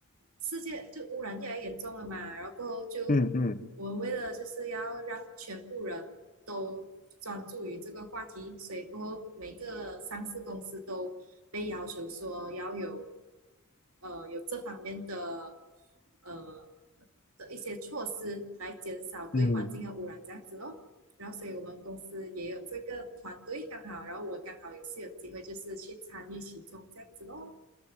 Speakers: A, on the right; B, on the left.
A: 世界就污染越来越严重了嘛，然后过后就
B: 嗯嗯
A: 我们为了就是要让全部人都专注于这个话题，所以过后每个上市公司都被要求说要有呃有这方面的呃的一些措施来减少对环境的污染这样子咯。
B: 嗯。
A: 然后，所以我们公司也有这个团队，刚好，然后我刚好也是有机会，就是去参与其中这样子咯。